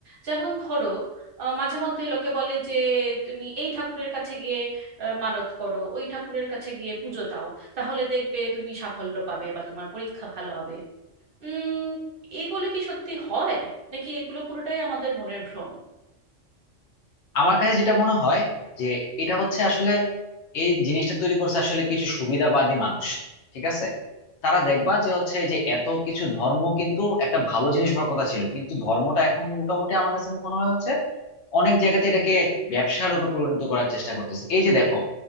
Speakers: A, on the right; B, on the left.
A: যেমন ধরো আহ, মাঝে মধ্যে লোকে বলে যে তুমি এই ঠাকুরের কাছে গিয়ে আহ, মানত করো ওই ঠাকুরের কাছে গিয়ে পুজো দাও তাহলে দেখবে তুমি সাফল্য পাবে বা তোমার পরীক্ষা ভালো হবে উম এগুলো কি সত্যি হয় নাকি এগুলো পুরোটাই আমাদের মনের ভ্রম
B: আমার কাছে যেটা মনে হয় যে এটা হচ্ছে আসলে এই জিনিসটা তৈরি করছে আসলে কিছু সুবিধাবাদী মানুষ ঠিক আছে তারা দেখবা যে হচ্ছে যে এত কিছু ধর্ম কিন্তু একটা ভালো জিনিস হওয়ার কথা ছিল কিন্তু ধর্মটা এখন মোটামুটি আমার কাছে মনে হয় হচ্ছে অনেক জায়গাতে এটাকে ব্যবসা রূপে পরিণত করার চেষ্টা করতেছে এই যে দেখো